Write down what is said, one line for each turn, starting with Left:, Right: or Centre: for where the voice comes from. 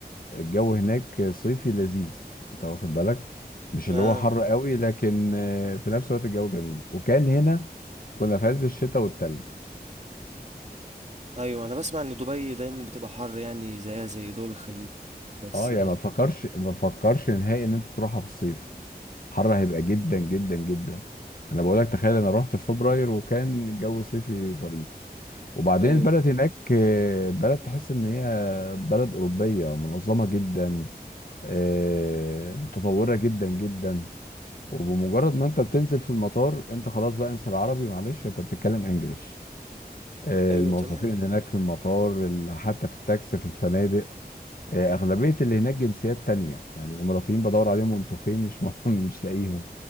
Left: الجو هناك صيفي لذيذ انت واخد بالك مش اللي
Right: آه.
Left: هو حر قوي لكن آه، في نفس الوقت الجو جميل وكان هنا كنا في عز الشتاء والتلج
Right: ايوه انا بسمع ان دبي دايما بتبقى حر يعني زيها زي دول الخليج بس
Left: اه يعني
Right: آه،
Left: ما تفكرش ما تفكرش نهائي ان انت تروحها في الصيف حر هيبقى جدا جدا جدا انا بقول لك تخيل انا رحت في فبراير وكان الجو صيفي ظريف وبعدين
Right: ايوه
Left: البلد هناك آه، بلد تحس ان هي بلد اوروبيه منظمه جدا آه، متطوره جدا جدا وبمجرد ما انت بتنزل في المطار انت خلاص بقى انسى العربي معلش انت بتتكلم انجليش آه،
Right: ايوه
Left: الموظفين
Right: تمام
Left: اللي هناك في المطار ال- حتى في التاكسي في الفنادق آه، اغلبيه اللي هناك جنسيات تانية يعني الاماراتيين بدور عليهم وانتوا فين مش <laughs> مش لاقيهم